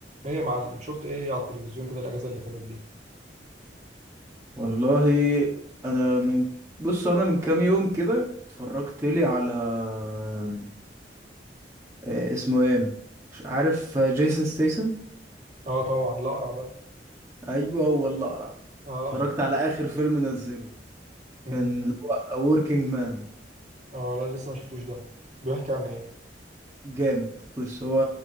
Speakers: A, on the right; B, on the right.
A: ايه يا معلم شفت ايه على التلفزيون كده الاجازه اللي فاتت دي
B: والله انا من بص انا من كام يوم كده اتفرجت لي على آه، اسمه ايه مش عارف آه، جيسون ستيسن
A: اه طبعا الاقرع ده
B: ايوه هو اللي اقرع
A: اه
B: اتفرجت على اخر فيلم نزله
A: امم
B: كان اللي هو A Working Man
A: اه لا لسه ما شفتوش ده بيحكي عن ايه
B: جامد بص هو